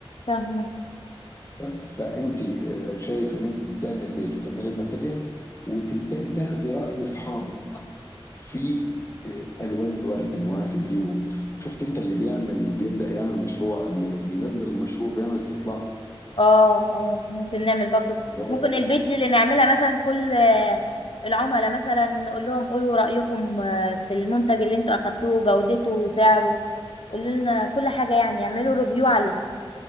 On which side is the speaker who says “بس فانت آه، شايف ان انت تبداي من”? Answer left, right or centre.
Left